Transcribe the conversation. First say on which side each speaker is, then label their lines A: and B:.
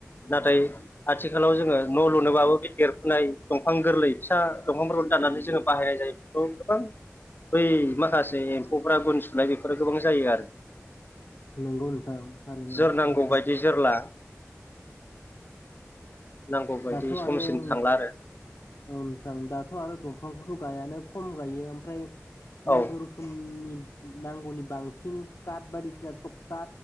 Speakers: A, on the left (about 65°); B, on the left (about 40°).
A: उम
B: नाथाय आथिखालाव जोङो न' लुनोबाबो बे देरफुनाय दंफां गोरलै फिसा दंफांफोरखौ दानानै जों बाहायनाय जायो बै माखसे फुरा गुन सुनाय बेफोरो गोबां जायो आरो।
A: नंगौ नोंथां थारैनो
B: जोरनांगौ
A: सैथो
B: बायदि जोरला नांगौ बायदि
A: दाथ' आरो
B: समसिम
A: औ
B: थांला आरो
A: नोंथां दाथ' आरो दंफांखौथ' गायानो खम गायो ओमफ्राय नांगौ
B: औ
A: रोखोमनि नांगौनि बांसिन काट बायदिसिना थकथा